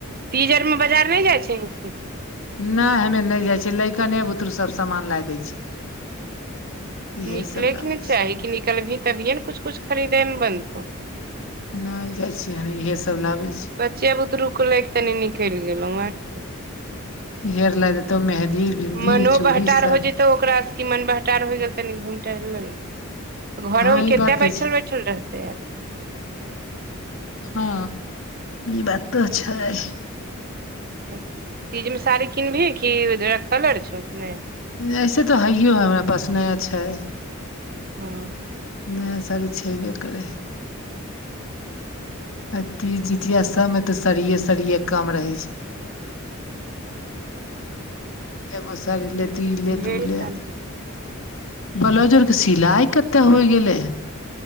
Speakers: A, on the right; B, on the left.
A: तीज आर में बाजार नै जाइ छही की
B: नै हमे नै जाइ छियै लैकने बुतरू सब समामान लए दै छै इहे
A: निकलैके
B: सब लाबै
A: ने चाही
B: छै
A: कि निकलबिही तभिए ने कुछ कुछ खरीदैमे बनतौ
B: नै जाइ छीयै हम इहे सब लाबै छी
A: बच्चे बुतरुके लैके तनी निकैल गेलौ आर कि
B: इहे आर ला देतौ मेहदी बिन्दी
A: मनो
B: चूड़ी
A: बहटार
B: सब
A: हो जतौ ओकरा की मन बहटार हो गेल तनी घुम टहैल लेलौ
B: हँ
A: न घरोंमे
B: ई
A: कते
B: बात तऽ
A: बैठल
B: छै
A: बैठल रहते आदमी
B: हँ ई बात तऽ छै
A: तीज मे साड़ी किनबही कि रखकलर छौ ने
B: ऐसे तऽ हैयो है हमरा पास नया छैय
A: हॅं
B: नया साड़ी छेबे करै अथी जितिया सबमे तऽ सड़िये सड़िये कम रहै छै। एगो साड़ी ले तूले
A: ढेरी
B: तू ले
A: साड़ी
B: ब्लाउज आरके सिलाइ कतेक होइ गेलै